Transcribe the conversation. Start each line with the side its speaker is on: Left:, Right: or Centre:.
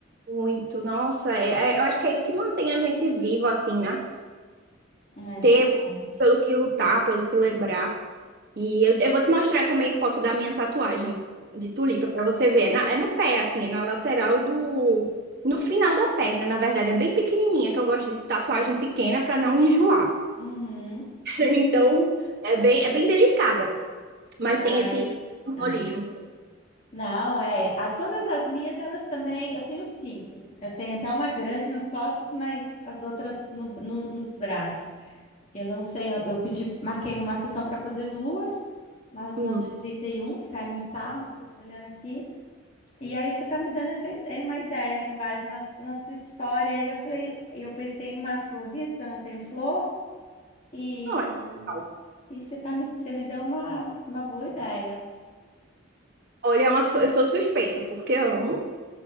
Right: Muito, nossa, é- é- eu acho que é isso que mantém a gente vivo, assim, né?
Left: É
Right: Ter
Left: verdade.
Right: pelo que lutar, pelo que lembrar. E eu, eu vou te mostrar também foto da minha tatuagem de tulipa para você ver. É, na- é no pé, assim, é na lateral do. No final da perna, na verdade, é bem pequenininha, que eu gosto de tatuagem pequena para não enjoar.
Left: Uhum.
Right: <laughs> Então, é bem, é bem delicada, mas
Left: Ai.
Right: tem esse simbolismo.
Left: ah. Não, é. A todas as minhas, elas também. Eu tenho cinco. Eu tenho até uma grande nas costas, mas as outras no- no- nos braços. Eu não sei. Eu, eu pedi, marquei uma sessão para fazer duas na, no
Right: Hum,
Left: dia 31, que cai num sábado, que eu tô olhando aqui. E aí você tá me dando essa ideia, uma ideia com base na, na sua história. E eu falei, eu pensei em umas florzinhas, porque eu não tenho flor. E
Right: olha, legal.
Left: E você tá me, você me deu uma, uma boa ideia.
Right: Olha, é uma, fo- eu sou suspeita, porque amo.